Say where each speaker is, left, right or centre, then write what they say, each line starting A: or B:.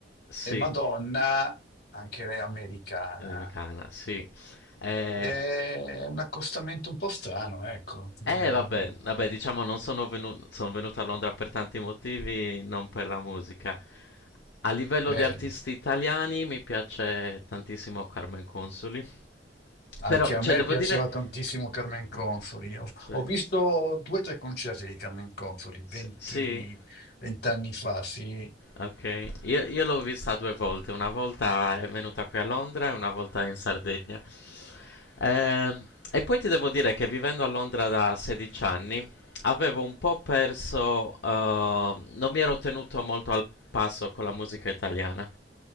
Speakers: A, on the left; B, on the left.
A: Sì,
B: e Madonna, anche lei americana.
A: eh, mi cana, sì. Eh,
B: È un accostamento un po' strano, ecco. direi.
A: Eh vabbè, vabbè, diciamo non sono venu- sono venuto a Londra per tanti motivi, non per la musica. A livello
B: Beh,
A: di artisti italiani mi piace tantissimo Carmen Consoli.
B: Anche
A: Però,
B: a
A: cioè,
B: me
A: devo
B: piaceva
A: dire...
B: tantissimo Carmen Consoli.
A: Ok,
B: Ho,
A: Sì,
B: ho visto due o tre concerti di Carmen Consoli 20,
A: S- sì.
B: 20 anni fa, sì.
A: Ok, io, io l'ho vista due volte, una volta è venuta qui a Londra e una volta in Sardegna. Ehm, e poi ti devo dire che vivendo a Londra da 16 anni avevo un po' perso, ehm, non mi ero tenuto molto al passo con la musica italiana.